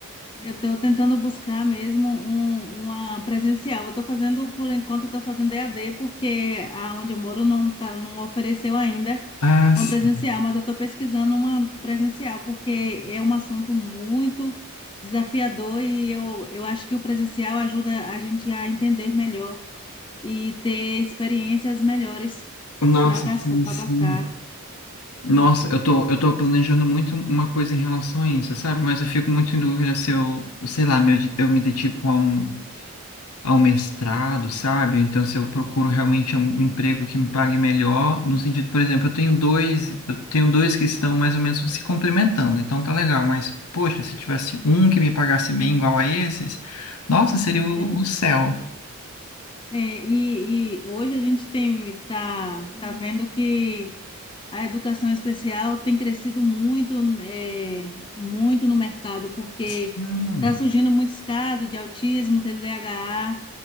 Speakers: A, on the left; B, on the left.
A: Eu estou tentando buscar mesmo um- uma presencial. Eu estou fazendo, por enquanto, estou fazendo EAD, porque aonde eu moro não, tá, não ofereceu ainda
B: Ah,
A: uma
B: sim.
A: presencial, mas eu estou pesquisando uma presencial, porque é um assunto muito desafiador e eu, eu acho que o presencial ajuda a gente a entender melhor e ter experiências melhores
B: Nossa,
A: para
B: sim, sim.
A: passar.
B: Nossa, eu tô, eu tô planejando muito uma coisa em relação a isso, sabe? Mas eu fico muito em dúvida se eu, sei lá, meu, eu me dedico a um, a um mestrado, sabe? Ou então se eu procuro realmente um, um emprego que me pague melhor, no sentido, por exemplo, eu tenho dois, eu tenho dois que estão mais ou menos se complementando, então tá legal, mas, poxa, se tivesse um que me pagasse bem igual a esses, nossa, seria o,
A: É.
B: o céu.
A: É, e, e hoje a gente tem, tá, tá vendo que. A educação especial tem crescido muito, eh, muito no mercado, porque
B: Sim,
A: está surgindo muitos casos de autismo, TDAH,